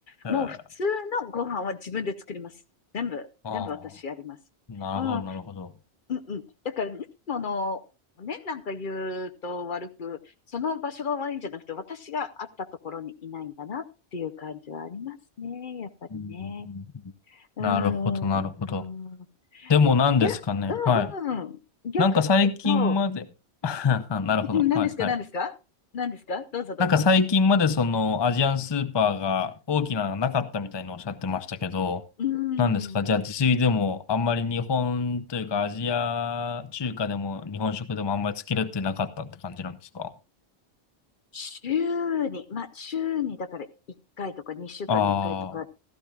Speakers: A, on the left; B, on the left.
A: ええ
B: もう普通のご飯は自分で作ります。全部、
A: ああ、
B: 全部私やります。
A: なるほど、
B: うん。う
A: なるほど。
B: んうん。だから、ね、もの、ね、なんか言うと悪く、その場所が悪いんじゃなくて、私があったところにいないんだなっていう感じはありますね。やっぱりね。
A: うんうんうんなるほど、
B: うーん。
A: なるほど。
B: うーん
A: でも何ですかね。
B: 逆、
A: はい。
B: うんうん。逆に言うと、
A: なんか最近まで、<laughs> なるほど。
B: うんうん、何ですか、
A: はい、はい。
B: 何ですか何ですかどうぞどうぞ。
A: なんか最近までそのアジアンスーパーが大きなのがなかったみたいにおっしゃってましたけど、
B: うん。うーん。
A: 何ですかじゃあ自炊でもあんまり日本というかアジア中華でも日本食でもあんまりつけるってなかったって感じなんですか
B: 週に、まあ、週にだから1回とか2週間に1回とか
A: ああー。